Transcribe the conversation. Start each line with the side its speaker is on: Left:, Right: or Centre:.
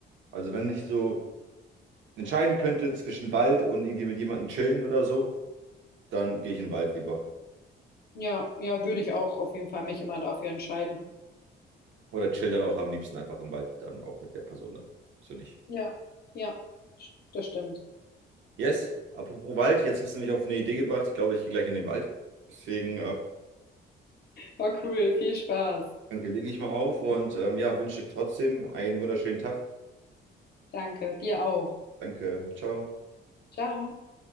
Right: Also wenn ich so entscheiden könnte zwischen Wald und irgendwie mit jemandem chillen oder so, dann gehe ich in den Wald lieber.
Left: Ja, ja, würde ich auch auf jeden Fall mich immer dafür entscheiden.
Right: Oder chill dann auch am liebsten einfach im Wald, dann auch mit der Person dann. So nicht.
Left: Ja, ja, das stimmt.
Right: Yes, apropos Wald, jetzt hast du mich auf eine Idee gebracht. Ich glaube, ich gehe gleich in den Wald. Deswegen äh,
Left: War cool, viel Spaß.
Right: danke, lege ich mal auf und ähm, ja, wünsche trotzdem einen wunderschönen Tag.
Left: Danke, dir auch.
Right: Danke, ciao.
Left: Ciao.